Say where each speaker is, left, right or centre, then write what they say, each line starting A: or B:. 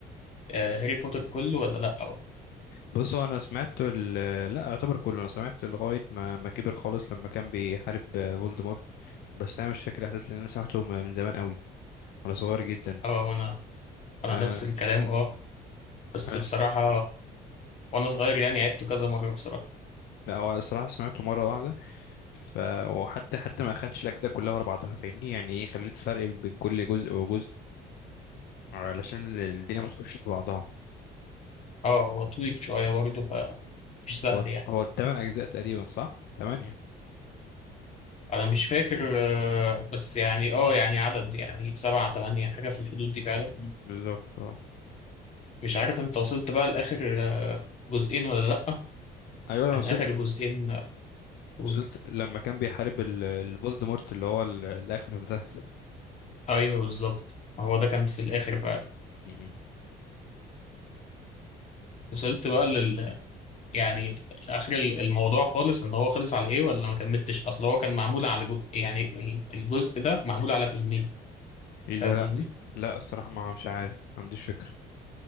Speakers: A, on the left (about 40°); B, on the left (about 75°).
A: آه، هاري بوتر كله ولا لا بقى
B: بص هو انا سمعت ال... لا يعتبر كله انا سمعت لغايه ما ما كبر خالص لما كان بيحارب آه، فولدمورت بس انا مش فاكر الاحداث لان انا سمعته م- من زمان قوي وانا صغير جدا
A: اه انا انا
B: انا
A: نفس الكلام اه بس
B: انا
A: بصراحة
B: س-
A: وانا صغير يعني عدته كذا مرة بصراحة
B: لا هو أنا الصراحه سمعته مره واحده ف وحتى حتى ما اخدتش الاجزاء كلها ورا بعضها فاهمني يعني ايه خليت فرق بين كل جزء وجزء علشان الدنيا ما تخش في بعضها
A: اه هو طويل شوية برضو فمش سهل
B: هو
A: يعني
B: هو الثمان اجزاء تقريبا صح ثمانية
A: انا مش فاكر آه، بس يعني اه يعني عدد يعني سبعة تمانية حاجة في الحدود دي فعلا
B: بالظبط اه
A: مش عارف انت وصلت بقى لاخر آه، جزئين ولا لأ
B: ايوه انا
A: كان
B: وصلت
A: اخر جزئين آه، قول
B: وصلت لما كان بيحارب ال- الفولدمورت اللي هو ال- الاخنف ده
A: ايوه بالظبط هو ده كان في الاخر فعلا
B: <laughs>
A: وصلت بقى لل يعني اخر ال- الموضوع خالص ان هو خلص على ايه ولا ما كملتش اصل هو كان معمول على جو... يعني ال- الجزء ده معمول على فيلمين
B: ايه
A: فاهم
B: ده لا
A: قصدي
B: لا الصراحة ما مش عارف ما عنديش فكرة